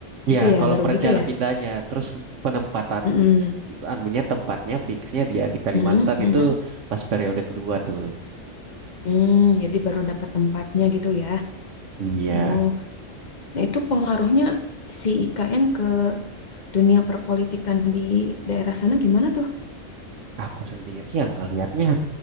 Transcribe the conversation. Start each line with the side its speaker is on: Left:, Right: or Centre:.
Left: Gitu
Right: Ya,
Left: ya,
Right: kalau
Left: baru
Right: perencanaan
Left: gitu ya.
Right: pindahnya, terus penempatan
Left: Mm-mm.
Right: anunya tempatnya fixnya dia di Kalimantan
Left: Mm-mm, mm-mm.
Right: itu pas periode kedua tuh.
Left: Hmm, jadi baru dapat tempatnya gitu ya.
Right: Iya,
Left: Oh, nah itu pengaruhnya si IKN ke dunia perpolitikan di daerah sana gimana tuh?
Right: aku sendiri yang ngelihatnya